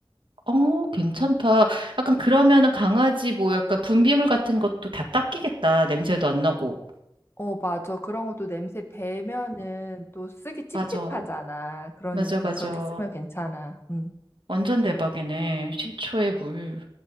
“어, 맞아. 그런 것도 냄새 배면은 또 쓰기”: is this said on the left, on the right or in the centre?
Left